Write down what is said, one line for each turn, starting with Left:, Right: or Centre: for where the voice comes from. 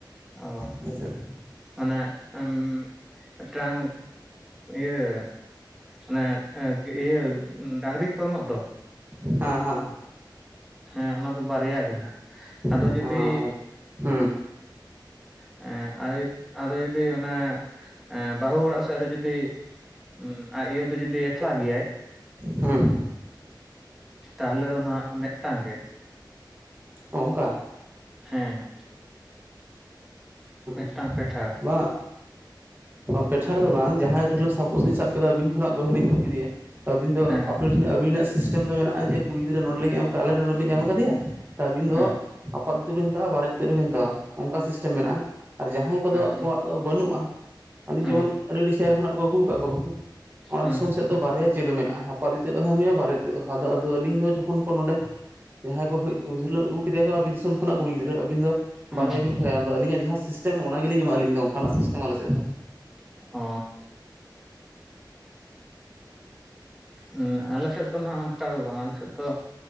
Centre: ᱚ--᱾
Right: ᱟᱞᱮ ᱥᱮᱫ ᱫᱚ
Centre: ᱚᱱᱮ ᱮᱢ ᱢᱤᱫᱴᱟᱝ ᱤᱭᱟᱹ ᱚᱱᱮ ᱤᱭᱟᱹ ᱰᱟᱝᱨᱤ ᱠᱚ ᱮᱢᱚᱜ ᱫᱚ᱾
Right: ᱦᱮᱸ ᱦᱮᱸ ᱦᱮᱸ᱾
Centre: ᱦᱮᱸ ᱚᱱᱟ ᱫᱚ ᱵᱟᱨᱭᱟ ᱜᱮ ᱱᱟᱜ, ᱟᱫᱚ
Right: ᱦᱮᱸ
Centre: ᱡᱩᱫᱤ
Right: ᱦᱮᱸ ᱦᱮᱸ
Centre: ᱮᱸᱜ, ᱟᱫᱚ ᱡᱩᱫ, ᱟᱫᱚ ᱡᱩᱫᱤ ᱚᱱᱟ ᱮᱸ ᱵᱟᱹᱦᱩ ᱚᱲᱟᱜ ᱥᱮᱫ ᱨᱮ ᱡᱩᱫᱤ ᱦᱩᱸ ᱟᱡ ᱟᱭᱳ ᱫᱚ ᱡᱩᱫᱤ ᱮᱠᱷᱞᱟ ᱜᱮᱭᱟᱭ᱾
Right: ᱦᱩᱸ᱾
Centre: ᱛᱟᱦᱞᱮ ᱫᱚ ᱦᱸᱟᱜ ᱢᱮᱫᱴᱟᱝ ᱜᱮ᱾
Right: ᱚ, ᱚᱝᱠᱟ᱾
Centre: ᱦᱮᱸ᱾
Right: ᱚ,
Centre: ᱢᱤᱫᱴᱟᱝ ᱯᱮᱸᱴᱷᱟᱲ
Right: ᱵᱟ, ᱵᱟ ᱯᱮᱴᱷᱟᱬ ᱫᱚ ᱵᱟᱝ ᱡᱟᱦᱟᱸᱭ ᱫᱷᱚᱨᱮ ᱥᱟᱯᱳᱡᱤᱧ ᱥᱟᱵ ᱠᱮᱫᱟ ᱟᱹᱵᱤᱱ ᱠᱷᱚᱱᱟᱜ ᱵᱟᱹᱦᱩ ᱞᱤᱧ ᱟᱹᱜᱩ ᱠᱮᱫᱮᱭᱟ᱾ ᱟᱹᱵᱤᱱ ᱫᱚ
Centre: ᱦᱮᱸ
Right: ᱟᱯᱮ ᱴᱷᱮᱱ ᱟᱹᱵᱤᱱᱟᱜ ᱥᱤᱥᱴᱮᱢ ᱫᱚ ᱢᱮᱱᱟᱜ-ᱟ ᱡᱮ ᱠᱩᱲᱤ ᱜᱤᱫᱽᱨᱟᱹ ᱱᱚᱰᱮᱞᱤᱧ ᱮᱢ ᱠᱟᱜ ᱟᱞᱮ ᱱᱚᱰᱮ ᱵᱤᱱ ᱮᱢ ᱠᱟᱫᱮᱭᱟ᱾ ᱛᱚ ᱟᱹᱵᱤᱱ ᱫᱚ
Centre: ᱦᱮᱸ
Right: ᱟᱯᱟᱫ ᱤᱛᱟᱹᱫ ᱦᱚᱸ ᱵᱤᱱ ᱦᱟᱛᱟᱣᱟ ᱵᱟᱨᱮᱛ ᱤᱛᱟᱹᱫ ᱦᱚᱸ ᱵᱮᱱ ᱦᱟᱛᱟᱣᱟ, ᱚᱝᱠᱟ ᱥᱤᱥᱴᱮᱢ ᱢᱮᱱᱟᱜ-ᱟ᱾ ᱟᱨ ᱡᱟᱦᱟᱸᱭ ᱠᱚᱫᱚ
Centre: ᱟᱪᱪᱷᱟ
Right: ᱟᱠᱚᱣᱟᱜ ᱫᱚ ᱵᱟᱹᱱᱩᱜ-ᱟ, ᱟᱹᱞᱤᱧ
Centre: ᱦᱮᱸ
Right: ᱡᱮᱢᱚᱱ ᱟᱹᱰᱤ ᱟᱹᱰᱤ ᱥᱮᱫᱟᱭ ᱠᱷᱚᱱᱟᱜ ᱠᱚ ᱟᱹᱜᱩ ᱟᱠᱟᱜ ᱠᱚᱣᱟ ᱵᱟᱹᱦᱩ᱾ ᱚᱱᱟ
Centre: ᱦᱮᱸ
Right: ᱫᱤᱥᱚᱢ
Centre: ᱦᱮᱸ
Right: ᱥᱮᱫ᱾ ᱫᱚ ᱵᱟᱨᱭᱟ ᱪᱟᱹᱞᱩ ᱢᱮᱱᱟᱜ-ᱟ ᱟᱯᱟᱛ ᱤᱛᱟᱹᱫ ᱫᱚ ᱟᱹᱜᱩᱭᱟ ᱵᱟᱨᱮ ᱤᱛᱟᱹᱫ ᱦᱚᱸ ᱟᱫᱚ ᱟᱫᱚ ᱟᱞᱤᱧ ᱫᱚ ᱡᱚᱠᱷᱚᱱ ᱠᱚ ᱱᱚᱸᱰᱮ ᱡᱟᱦᱟᱸᱭ ᱵᱟᱹᱦᱩᱭ <unintelligible> ᱟᱹᱜᱩ ᱠᱮᱫᱮᱭᱟ ᱠᱚ ᱟᱵᱮᱱ ᱫᱤᱥᱚᱢ ᱠᱷᱚᱱᱟᱜ ᱠᱩᱲᱤ ᱜᱤᱫᱽᱨᱟᱹ ᱟᱹᱵᱤᱱ ᱫᱚ
Centre: ᱦᱮᱸ
Right: ᱵᱟᱨᱭᱟ ᱵᱤᱱ ᱠᱷᱚᱭᱟ ᱟᱫᱚ ᱟᱹᱞᱤᱧᱟᱜ ᱡᱟᱦᱟᱸ ᱥᱤᱥᱴᱮᱢ ᱚᱱᱟ ᱜᱮᱞᱤᱧ ᱮᱢᱚᱜ-ᱟ ᱟᱹᱞᱤᱧ ᱫᱚ ᱚᱝᱠᱟᱱᱟᱜ ᱥᱤᱥᱴᱮᱢ ᱟᱞᱮ ᱥᱮᱫ ᱫᱚ᱾
Centre: ᱚ᱾ ᱦᱩᱸ ᱟᱞᱮ ᱥᱮᱫ ᱫᱚ ᱱᱟᱜ ᱚᱱᱠᱟ ᱫᱚ ᱵᱟᱝ᱾ ᱟᱞᱮ ᱥᱮᱫ ᱛᱚ,